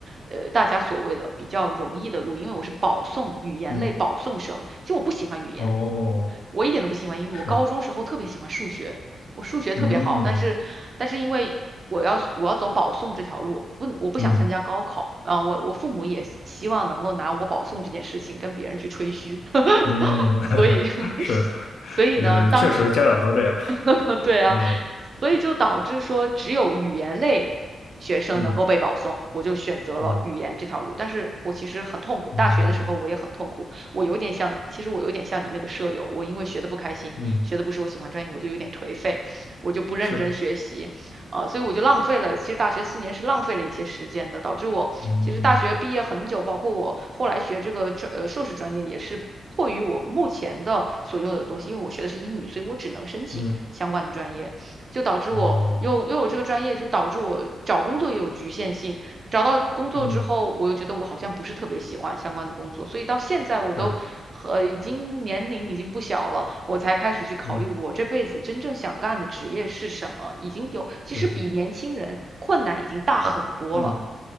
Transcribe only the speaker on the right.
呃，大家所谓的比较容易的路，因为我是保送语言类保送生，
其实我不喜欢语言。
我一点都不喜欢英语，
我高中时候特别喜欢数学，我数学特别好，
但是但是因为我要我要走保送这条路，不我不想参加高考啊，
我我父母也希希望能够拿我保送这件事情跟别人去吹嘘，<laughs>
所以
<laughs>
所以呢，
当时
<laughs>
对啊，
所以就导致说只有语言类学生能够被保送，
我就选择了语言这条路。
但是我其实很痛苦，
大学的时候我也很痛苦，我有点像，其实我有点像你那个舍友，我因为学的不开心，
学的不是我喜欢专业，我就有点颓废，我就不认真学习，
呃，所以我就浪费了，其实大学四年是浪费了一些时间的，导致我其实大学毕业很久，
包括我后来学这个专呃硕士专业也是。迫于我目前的所拥有的东西，因为我学的是英语，所以我只能申请。
相关的专业，就导致我又又有这个专业，
就导致我找工作也有局限性。找到工作之后，
我又觉得我好像不是特别喜欢相关的工作，所以到现在我都和已经年龄已经不小了，
我才开始去考虑我这辈子真正想干的职业是什么。
已经有，其实比年轻人困难已经大很多了。